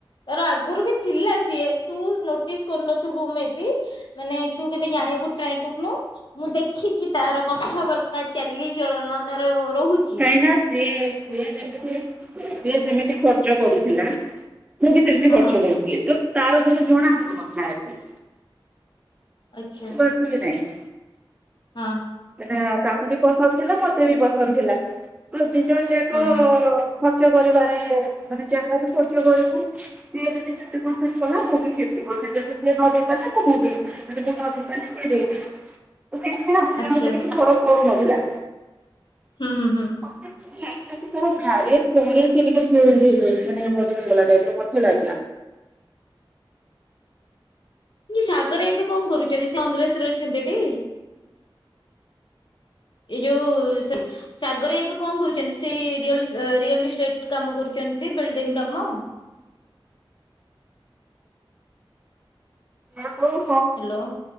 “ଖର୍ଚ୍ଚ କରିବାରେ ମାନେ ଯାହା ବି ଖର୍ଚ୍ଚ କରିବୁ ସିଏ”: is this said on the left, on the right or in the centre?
Right